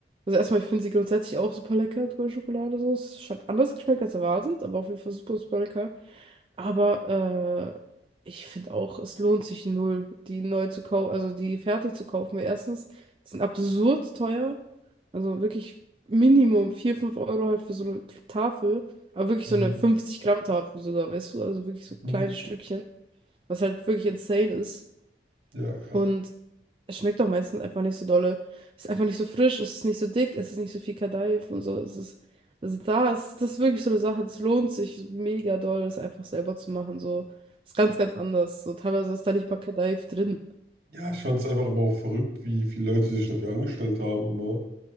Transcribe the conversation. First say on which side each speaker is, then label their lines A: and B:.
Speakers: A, on the right; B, on the right.
A: also erstmal, ich finde sie grundsätzlich auch super lecker, dunkle Schokolade so. Es hat anders geschmeckt als erwartet, aber auf jeden Fall super, super lecker. Aber äh, ich finde auch, es lohnt sich null, die neu zu kaufen, also die fertig zu kaufen. Weil erstens, die sind absurd teuer. Also wirklich Minimum 4 5 Euro halt für so eine Tafel. Aber wirklich
B: Mhm.
A: so eine 50 Gramm Tafel sogar, weißt du? Also wirklich so
B: Mhm.
A: kleine Stückchen, was halt wirklich insane ist.
B: Ja, ja.
A: Und es schmeckt auch meistens einfach nicht so dolle. Es ist einfach nicht so frisch, es ist nicht so dick, es ist nicht so viel Kadaif und so. Es ist, also da ist das ist wirklich so eine Sache, das lohnt sich mega doll, das einfach selber zu machen. So, ist ganz, ganz anders. So, teilweise ist da nicht mal Kadaif drin.
B: Ja, ich fand es einfach aber auch verrückt, wie viele Leute sich dafür angestellt haben immer.